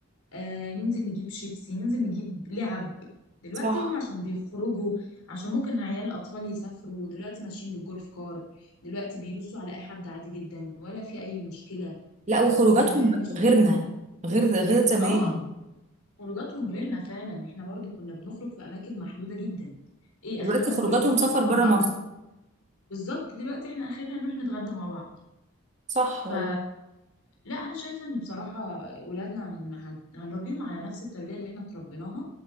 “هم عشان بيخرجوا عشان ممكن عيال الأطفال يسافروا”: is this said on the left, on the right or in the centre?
Left